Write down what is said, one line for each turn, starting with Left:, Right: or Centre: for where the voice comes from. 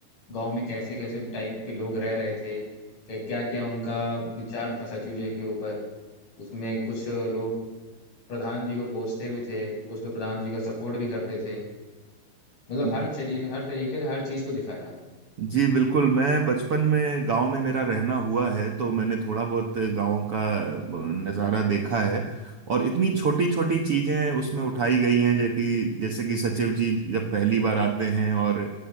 Left: गांव में कैसे कैसे टाइप के लोग रह रहे थे कि क्या क्या उनका विचार था सचिव जी के ऊपर उसमें कुछ लोग प्रधान जी को कोसते भी थे कुछ लोग प्रधान जी का सपोर्ट भी करते थे मतलब
Right: जी
Left: हर चीज हर तरीके से हर चीज को दिखाया
Right: जी, बिल्कुल मैं बचपन में गांव में मेरा रहना हुआ है तो मैंने थोड़ा बहुत गांव का नज़ारा देखा है और इतनी छोटी छोटी चीजें उसमें उठाई गई हैं जैसे कि जैसे कि सचिव जी जब पहली बार आते हैं और